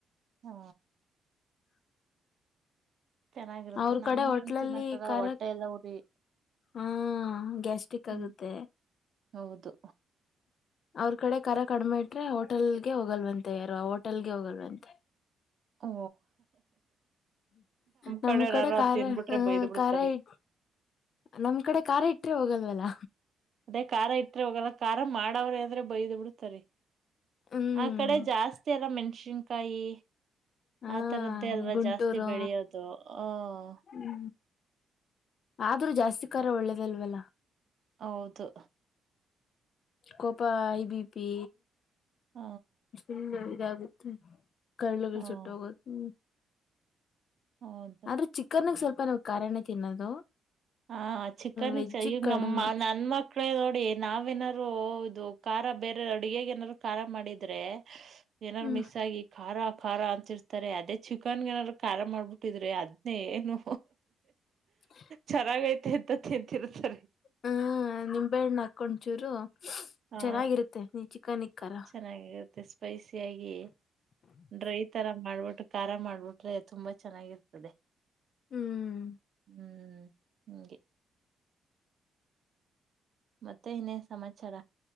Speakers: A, on the right; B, on the left.
A: ಹಾ, ಚೆನ್ನಾಗಿರುತ್ತೆ
B: ಅವ್ರ
A: ನಮ್ಗಂಗ
B: ಕಡೆ ಹೋಟ್ಲಲ್ಲಿ
A: ತಿನ್ನಕ್ಕ ಆಗಲ್ಲ
B: ಖಾರ
A: ಹೊಟ್ಟೆ ಎಲ್ಲ ಉರಿ.
B: ಹಾ ಗ್ಯಾಸ್ಟ್ರಿಕ್
A: ಹ್ಮ್
B: ಆಗುತ್ತೆ.
A: ಹೌದು.
B: ಅವ್ರ ಕಡೆ ಕರ ಕಡಿಮೆಟ್ರೆ ಹೋಟೆಲ್ಗೆ ಹೋಗಲ್ವಂತೆ ಯಾರು ಆ ಹೋಟೆಲ್ಗೆ ಹೋಗಲ್ವಂತೆ.
A: ಓ,
B: ನಮ್
A: ಕಡೆವ್ರ
B: ಕಡೆ
A: ಯಾರ
B: ಖಾರ
A: ತಿನ್ಬಿಟ್ರೆ
B: ಹ
A: ಬೈದ್ ಬಿಡ್ತಾರೆ
B: ಖಾರ ಇ ನಮ್ ಕಡೆ ಖಾರ್ ಇಟ್ರೆ ಹೋಗಲ್ವಲ್ಲ
A: ಅದೇ ಖಾರಾ ಇಟ್ಟ್ರೆ ಹೋಗಲ್ಲ ಖಾರ ಮಾಡವ್ರೆ ಅಂದ್ರೆ ಬೈದ್ ಬಿಡ್ತಾರೆ.
B: ಹ್ಮ್
A: ಆ ಕಡೆ ಜಾಸ್ತಿ ಅಲ್ಲ ಮೆಣಸಿನ್ಕಾಯಿ.
B: ಹಾ
A: ಆ ತರದ್ದೇ ಅಲ್ವಾ
B: ಗುಂಟೂರು
A: ಜಾಸ್ತಿ ಬೆಳೆಯೋದು ಹ. <inaudible>
B: ಹ್ಮ ಆದ್ರೂ ಜಾಸ್ತಿ ಖರ ಒಳ್ಳೇದಲ್ವಲ್ಲ.
A: ಹೌದು.
B: ಕೋಪ ಐ ಬಿ ಪಿ
A: ಹ
B: ಫುಲ್ ಇದಾಗುತ್ತೆ. ಕರಳುಗಳು
A: ಹ
B: ಸುಟ್ಟ ಹೋಗೋದು ಹ್ಮ.
A: ಹೌದ
B: ಆದ್ರೆ ಚಿಕನ್ಗ್ ಸ್ವಲ್ಪ ನ್ ಕಾರಣ ತಿನ್ನೋದು.
A: ಹಾ ಚಿಕನಗ್
B: ವೆಜ್
A: ಚ ಈಗ
B: ಕಡಿಮೆ
A: ನಮ್ಮ ನನ್ ಮಕ್ ನೋಡಿ ನಾವ ಎನಾರು ಇದು ಖಾರ ಬೇರೆ ಅಡುಗೆಗೆ ನಾದಾರರು ಖಾರ ಮಾಡಿದ್ರೆ, ಏನಾರು
B: ಹ್ಮ್
A: ಮಿಸ್ ಆಗಿ. ಖಾರ ಖಾರ ಅಂತಿರ್ತಾರೆ ಅದೇ ಚಿಕನ್ ಏನಾದಾರ ಖಾರ ಮಾಡ್ಬಿಟ್ಟಿದ್ರಿ ಅದ್ನೇ ಏನು,
B: ಹ <inaudible>
A: ಚೆನ್ನಾಗ ಐತೆ ಅಂತ ತಿಂತಿರತಾರೇ
B: ಹ್ಮ್ ನಿಂಬೆಣ್ಣ ಹಾಕ್ಕೊಂಡ್ ಚೂರು
A: ಹಾ
B: ಚೆನ್ನಾಗಿರುತ್ತೆ ನೀ ಚಿಕನ್ ಇಕ್ಕಾರ
A: ಚೆನ್ನಾಗಿರುತ್ತೆ ಸ್ಪೈಸಿಯಾಗಿ ಡ್ರೈ ತರ ಮಾಡ್ಬಿಟ್ಟು. ಖಾರ ಮಾಡ್ಬಿಟ್ರೆ ತುಂಬಾ ಚೆನ್ನಾಗಿರ್ತದೆ
B: ಹ್ಮ್
A: ಹ್ಮ್. ಹಂಗೆ. ಮತ್ತೆ ಇನೇನಾ ಸಮಾಚಾರ.